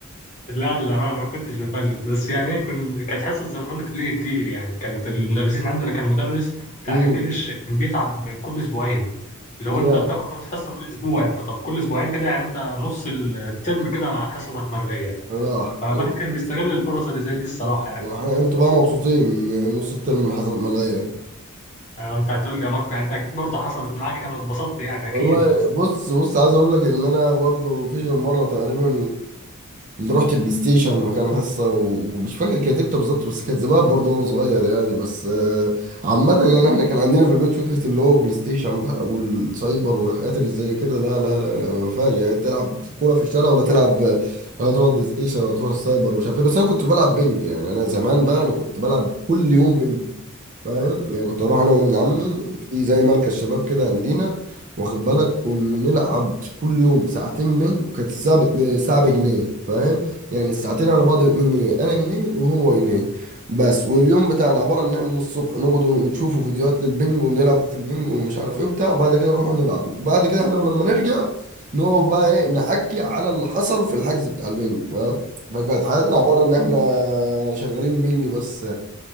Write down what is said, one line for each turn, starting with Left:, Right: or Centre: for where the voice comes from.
Left: لا للأمانة ما كنتش بفلت بس يعني ايه كنت كانت حصة زمان بتليجي كتير يعني كانت المدرسين عندنا كان مدرس بتاع
Right: امم
Left: انجليش كان بيتعب كل اسبوعين اللي هو
Right: يا
Left: انت بتاخد حصة كل اسبوع انت طب كل اسبوعين كده يعني انت نص الترم كده حصصك مرغية
Right: راح
Left: فالواحد
Right: وإنت-
Left: كان بيستغل الفرص اللي زي دي الصراحة يعني
Right: وإحنا- انتوا بقى مبسوطين إن نص الترم الحصل ملغيه
Left: يعني انت هتقول لي يا ماركو يعني انت اكيد برضه حصلت معاك يعني واتبسطت يعني اكيد
Right: والله بص بص عايز اقول لك ان انا برضو في غير مره تقريبا اللي رحت بلاي ستيشن مكان حصه ومش فاكر كانت امتى بالظبط بس كانت زمان برضو وانا صغير يعني بس آه، عامه يعني احنا كان عندنا في البيت فكره اللي هو بلاي ستيشن بقى والسايبر والحاجات اللي زي كده لا لا لا لا ما فيهاش يعني تلعب كوره في الشارع ولا تلعب ولا تروح بلاي ستيشن ولا تروح السايبر ومش عارف ايه بس انا كنت بلعب بنج يعني انا زمان بقى انا كنت بلعب كل يوم بنج فاهم يعني كنت اروح انا وابن عمي في زي مركز شباب كده عندنا واخد بالك كنا نلعب كل يوم ساعتين بينج كانت الساعه بت- الساعه بجنيه فاهم يعني الساعتين على بعض ب 2 جنيه انا جنيه وهو جنيه بس واليوم بتاعنا عباره ان احنا من الصبح نقعد نشوفوا فيديوهات للبنج ونلعبوا في البنج ومش عارف ايه وبتاع وبعد كده نروحوا نلعبوا وبعد كده احنا لما نرجع نقعد بقى ايه نحكي على اللي حصل في الحجز بتاع البنج فاهم فكانت حياتنا عباره ان احنا شغالين بنج بس